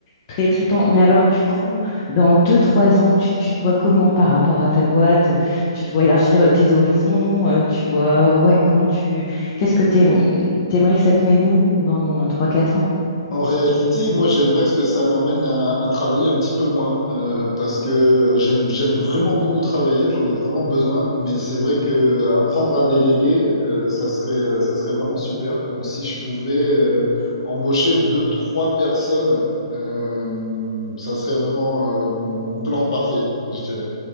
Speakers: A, on the left; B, on the left.
A: Très trippant. Mais alors, du coup, dans deux, trois ans, tu, tu te vois comment par rapport à ta boîte? Tu te vois élargir euh, tes horizons? euh, Tu vois, ouais, comment tu, qu'est-ce que t'aimes- t'aimerais que ça te mène où dans trois, quatre ans?
B: En réalité, moi, j'aimerais ce que ça m'emmène à, à travailler un petit peu moins, euh, parce que j'aime j'aime vraiment beaucoup travailler, j'en ai vraiment besoin, mais c'est vrai que apprendre à déléguer, euh, ça serait ça serait vraiment super. Donc, si je pouvais euh, embaucher deux, trois personnes, euh, ça serait vraiment euh, mon mon plan parfait, je dirais.